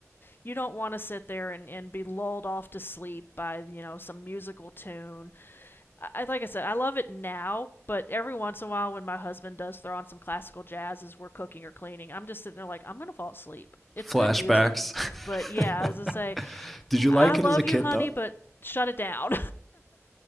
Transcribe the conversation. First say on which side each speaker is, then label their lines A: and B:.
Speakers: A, on the left; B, in the centre.
A: you don't want to sit there and, and be lulled off to sleep by you know some musical tune I, like i said i love it now but every once in a while when my husband does throw on some classical jazz as we're cooking or cleaning i'm just sitting there like i'm gonna fall asleep it's
B: flashbacks.
A: good music but
B: <laughs>
A: yeah as i say
B: Did you
A: i
B: like
A: love
B: it as a kid
A: you honey
B: though?
A: but shut it down